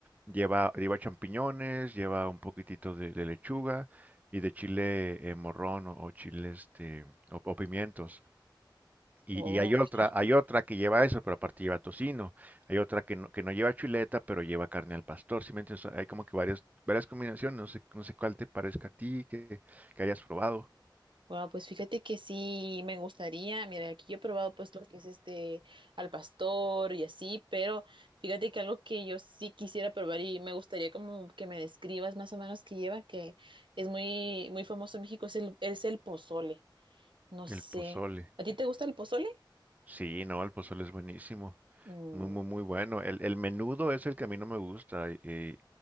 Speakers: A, on the right; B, on the right.
A: Lleva, lleva champiñones, lleva un poquitito de, de lechuga y de chile eh, morrón o, o chile este, o, o pimientos. Y,
B: Oh,
A: y hay
B: ok.
A: otra, hay otra que lleva eso, pero aparte lleva tocino. Hay otra que no, que no lleva chuleta, pero lleva carne al pastor. ¿Sí me entiendes? O sea, Hay como que varias, varias combinaciones. No sé, no sé cuál te parezca a ti que, que hayas probado.
B: Wow, pues fíjate que sí me gustaría, mira, aquí yo he probado pues lo que es este al pastor y así, pero fíjate que algo que yo sí quisiera probar y me gustaría como que me describas más o menos que lleva, que es muy, muy famoso en México, es el, es el pozole. No
A: El
B: sé,
A: pozole.
B: ¿a ti te gusta el pozole?
A: Sí, no, el pozole es buenísimo.
B: Mm,
A: Muy, muy, muy bueno. El, el menudo es el que a mí no me gusta. Y, y-